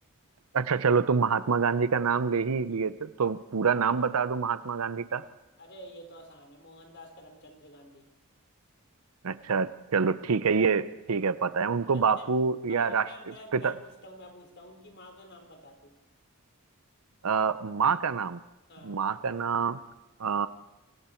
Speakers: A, on the right; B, on the left.
A: अच्छा चलो तुम महात्मा गांधी का नाम ले ही लिए थे तो पूरा नाम बता दो महात्मा गांधी का
B: अरे ये तो आसान है मोहनदास करमचंद गांधी
A: अच्छा चलो ठीक है ये ठीक है पता है उनको
B: चल
A: बापू
B: चल अब
A: या
B: अब
A: राष्ट्रपिता
B: मैं मैं मैं पूछता हूँ मैं पूछता हूँ उनकी माँ का नाम बता तू
A: अ, माँ का नाम
B: हाँ
A: माँ का नाम अ,